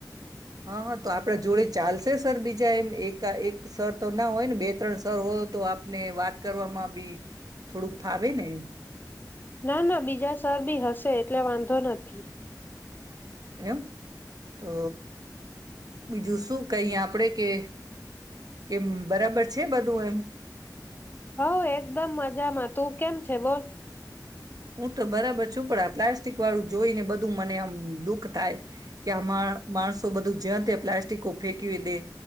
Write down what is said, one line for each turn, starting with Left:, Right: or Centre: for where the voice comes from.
Right: હા હા તો આપડે જોડે. ચાલશે સર બીજા એમ એક એક સર તો ના હોય ને બે ત્રણ સર હો તો આપને વાત કરવામાં બી થોડું ફાવે ને
Left: ના ના બીજા સર બી હશે એટલે વાંધો નથી
Right: એમ તો બીજું શું કઈ આપણેે કે કેમ બરાબર છે બધ તુ એમ
Left: હઉ એકદમ મજામાં તું કેમ છે બોલ.
Right: હું તો બરાબર છું પણ પ્લા પ્લાસ્ટિકવાળું જોઈને બધું મને આમ દુઃખ થાય. કે આ માણ માણસો બધું જ્યાં ત્યાં પ્લાસ્ટિક કો ફેકવી દે.